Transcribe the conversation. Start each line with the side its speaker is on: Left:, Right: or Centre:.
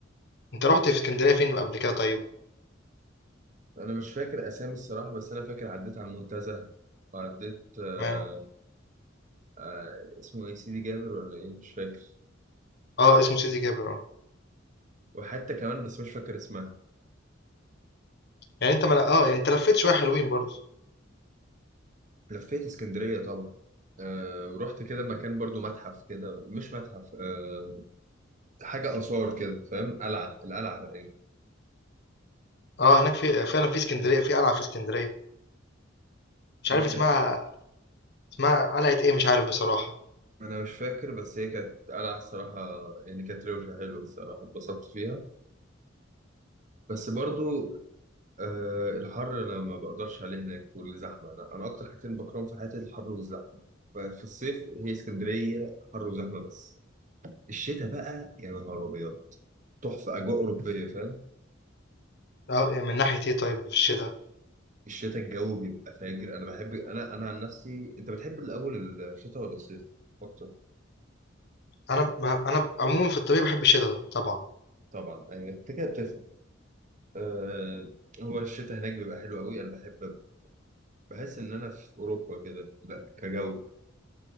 Left: أنت رُحت في إسكندرية فين قبل كده طيب؟
Right: انا مش فاكر اسامي الصراحة بس انا فاكر عديت على المنتزه وعديت آه...
Left: تمام.
Right: آه... اسمه ايه سيدي جابر ولا ايه مش فاكر
Left: آه، اسمه سيدي جابر آه.
Right: وحتى كمان بس مش فاكر اسمها
Left: يعني أنت ما ل آه، يعني أنت لفّيت شوية حلوين برضه.
Right: لفيت اسكندرية طبعا آه... ورحت كده مكان برضو متحف كده مش متحف آه، حاجة آثار كده فاهم قلعة القلعة تقريبا
Left: آه، هناك في فعلًا في إسكندرية في قلعة في إسكندرية، مش عارف
Right: دي كانت
Left: اسمها اسمها قلعة إيه مش عارف بصراحة.
Right: ما أنا مش فاكر بس هي كانت قلعة الصراحة يعني كانت روشة حلوة الصراحة اتبسطت فيها بس برضو آه الحر أنا ما بقدرش عليه هناك والزحمة أنا, أنا أكتر حاجتين بكرههم في حياتي الحر والزحمة ففي الصيف هي اسكندرية حر وزحمة بس الشتاء بقى يا نهار أبيض تحفة أجواء أوروبية فاهم
Left: آه، من ناحية إيه طيب في الشتا؟
Right: الشتاء الجو بيبقى فاجر أنا بحب أنا أنا عن نفسي أنت بتحب الأول الشتاء ولا الصيف أكتر
Left: أنا ب أنا عمومًا في الطبيعي باحب الشتا طبعًا،
Right: طبعا أيوة أنت كده بتفهم آه، هو الشتاء هناك بيبقى حلو قوي انا بحب بحس ان انا في اوروبا كده ب- كجو